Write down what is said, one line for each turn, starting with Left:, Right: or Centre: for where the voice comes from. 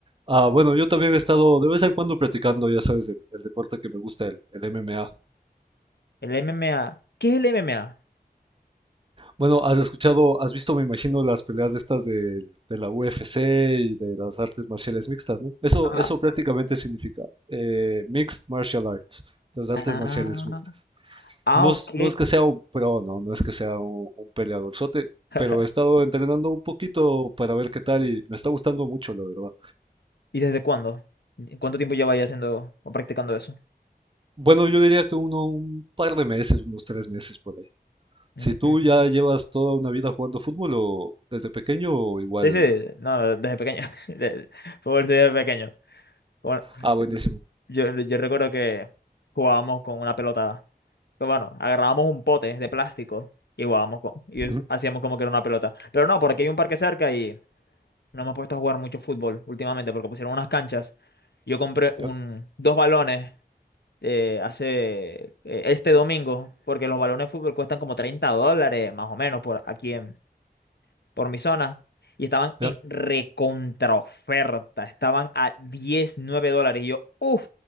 Right: Ah, bueno, yo también he estado de vez en cuando practicando, ya sabes, el, el deporte que me gusta, el, el MMA.
Left: El MMA. ¿Qué es el MMA?
Right: Bueno, has escuchado, has visto, me imagino, las peleas de estas de, de la UFC y de las artes marciales mixtas, ¿no? Eso,
Left: Ah,
Right: eso prácticamente significa eh, Mixed Martial Arts, las artes
Left: ah,
Right: marciales mixtas.
Left: ah,
Right: No
Left: ok.
Right: es, no es que sea un pro, no, no es que sea un, un peleadorzote,
Left: <laughs>
Right: pero he estado entrenando un poquito para ver qué tal y me está gustando mucho, la verdad.
Left: ¿Y desde cuándo? ¿Cuánto tiempo lleváis haciendo o practicando eso?
Right: Bueno, yo diría que uno, un par de meses, unos tres meses por ahí.
Left: Mm,
Right: Si tú ya llevas toda una vida jugando fútbol o desde pequeño, o igual.
Left: Sí, sí, no, no, desde pequeño. <laughs> De- Fútbol desde pequeño. Bueno,
Right: Ah, buenísimo.
Left: yo, yo recuerdo que jugábamos con una pelota. Pero bueno, agarrábamos un pote de plástico y jugábamos con, y es-
Right: Ujú,
Left: hacíamos como que era una pelota. Pero no, porque hay un parque cerca y no hemos puesto a jugar mucho fútbol últimamente porque pusieron unas canchas. Yo compré un,
Right: Ya,
Left: dos balones eh, hace eh, este domingo porque los balones de fútbol cuestan como 30 dólares más o menos por aquí en, por mi zona y estaban en
Right: ya,
Left: recontraoferta. Estaban a 19 dólares. Y yo, uff,